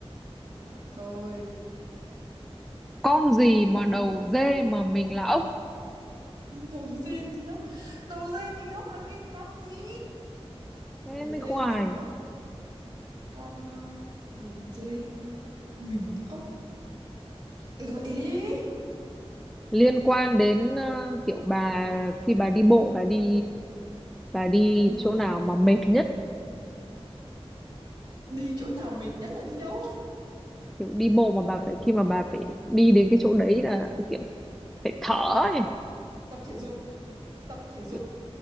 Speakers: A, on the right; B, in the centre.
A: đều hoặc thôi
B: Con gì mà đầu dê mà mình là ốc?
A: <laughs> đầu dê mình ốc đầu dê mình ốc là cái con gì
B: Thế
A: đầu dê
B: mới khoai
A: mình ốc con ờ, đầu dê mình ốc gợi ý
B: liên quan đến ờ, kiểu bà khi bà đi bộ bà đi bà đi
A: đi bộ
B: chỗ nào mà mệt nhất
A: đi chỗ nào mệt nhất là đi đâu
B: kiểu đi bộ mà bà phải khi mà bà phải đi đến cái chỗ đấy là kiểu phải thở ấy
A: tập thể dục tập thể dục
B: kiểu